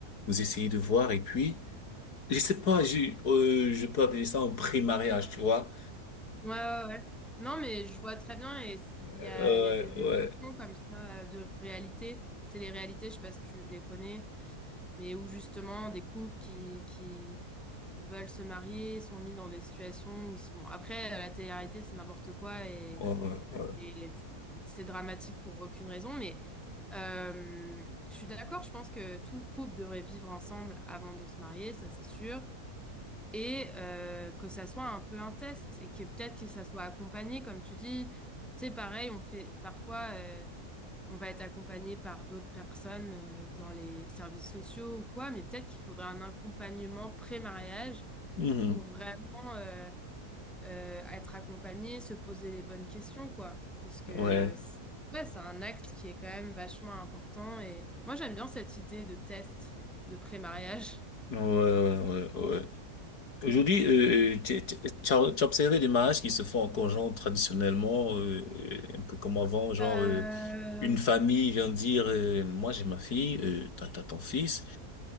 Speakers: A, on the left (about 80°); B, in the centre.
A: vous essayez de voir et puis, je sais pas, je, euh, je peux appeler ça un pré-mariage, tu vois.
B: Ouais, ouais, ouais. Non, mais je vois très bien et c-
A: Euh,
B: il y a, il y a des émissions
A: ouais,
B: comme ça euh, de réalité, télé-réalité, je sais pas si tu les connais, mais où justement des couples qui, qui veulent se marier sont mis dans des situations où ils sont... Bon, après, la télé-réalité, c'est n'importe quoi et,
A: ouais, ouais, ouais.
B: et pff, c'est dramatique pour aucune raison, mais euh, je suis d'accord, je pense que tout couple devrait vivre ensemble avant de se marier, ça c'est sûr et euh, que ça soit un peu un test et que peut-être que ça soit accompagné, comme tu dis. C'est pareil, on fait parfois, euh, on va être accompagné par d'autres personnes euh, dans les services sociaux ou quoi, mais peut-être qu'il faudrait un accompagnement pré-mariage
A: Mhm.
B: pour vraiment euh, euh, être accompagné, se poser les bonnes questions, quoi. Parce que
A: Ouais,
B: c'est- ouais, c'est un acte qui est quand même vachement important et moi j'aime bien cette idée de test de pré-mariage.
A: ouais, ouais, ouais, ouais. Aujourd'hui, euh, euh, tu, tu, tu as tu as observé des mariages qui se font encore genre traditionnellement, euh, euh, un peu comme avant, genre
B: Euh,
A: euh, une famille vient dire, euh, moi j'ai ma fille, euh, t'as t'as ton fils.